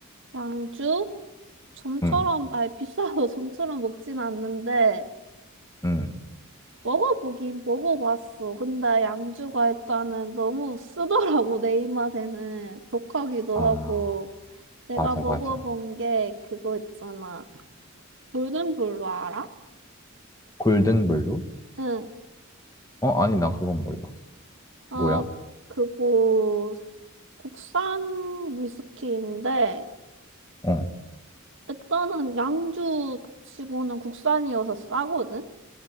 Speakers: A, on the right; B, on the left.
A: 양주? 좀처럼,
B: 응,
A: 아니, 비싸도 <laughs> 좀처럼 먹진 않는데,
B: 응.
A: 먹어보긴 먹어봤어. 근데 양주가 일단은 너무 쓰더라고, 내 입맛에는. 독하기도
B: 아,
A: 하고. 내가
B: 맞아,
A: 먹어본
B: 맞아.
A: 게 그거 있잖아. 골든블루 알아?
B: 골든블루?
A: 응.
B: 어, 아니, 난 그건 몰라.
A: 아,
B: 뭐야?
A: 그거 국산 위스키인데,
B: 어.
A: 일단은 양주 치고는 국산이어서 싸거든?